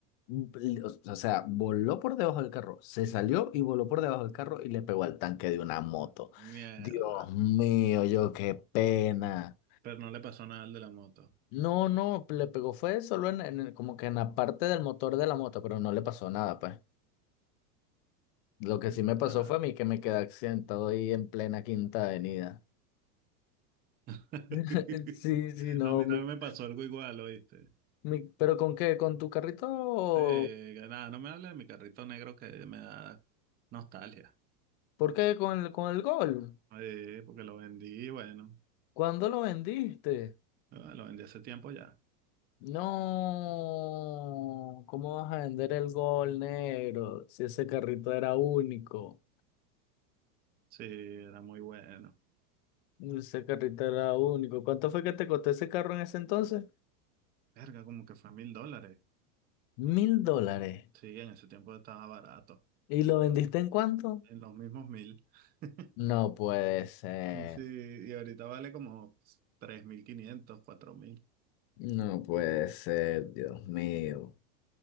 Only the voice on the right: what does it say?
Mierda.
Pero no le pasó nada al de la moto.
Mm,
Nada.
<laughs>
A mí
también me pasó algo igual, ¿oíste?
Eh, que nada, no me hables de mi carrito negro que me da nostalgia.
Eh, porque lo vendí, bueno,
eh, lo vendí hace tiempo ya.
Sí, era muy bueno.
Verga, como que fue mil dólares.
Sí, en ese tiempo estaba barato.
En los mismos mil. <laughs>
Sí, y ahorita vale como tres mil quinientos, cuatro mil.